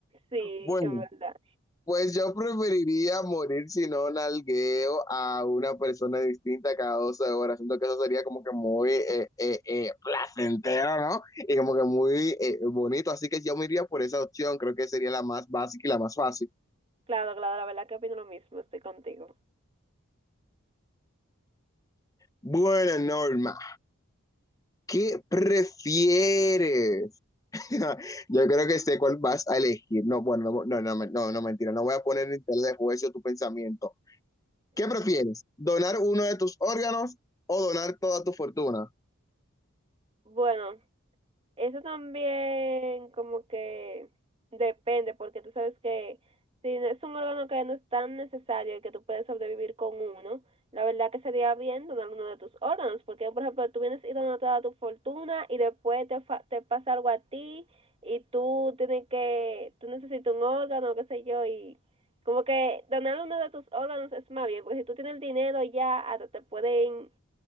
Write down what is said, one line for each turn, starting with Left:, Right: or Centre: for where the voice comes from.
Right: Sí,
Left: Bueno.
Right: en verdad.
Left: Pues yo preferiría morir si no nalgueo a una persona distinta cada 12 horas. Siento que eso sería como que muy eh, eh, eh, placentero, ¿no? Y como que muy eh, bonito. Así que yo me iría por esa opción. Creo que sería la más básica y la más fácil.
Right: Claro, claro, la verdad que opino lo mismo, estoy contigo.
Left: Bueno, Norma, ¿qué prefieres? <laughs> Yo creo que sé cuál vas a elegir. No, bueno, no, no, no, no, no, mentira. No voy a poner en tela de juicio tu pensamiento. ¿Qué prefieres? ¿Donar uno de tus órganos o donar toda tu fortuna?
Right: Bueno, Eso también como que depende, porque tú sabes que si no es un órgano que no es tan necesario y que tú puedes sobrevivir con uno, la verdad que sería bien donar uno de tus órganos, porque por ejemplo tú vienes y donas toda tu fortuna y después te, fa- te pasa algo a ti y tú tienes que, tú necesitas un órgano, qué sé yo, y como que donar uno de tus órganos es más bien, porque si tú tienes el dinero ya hasta te pueden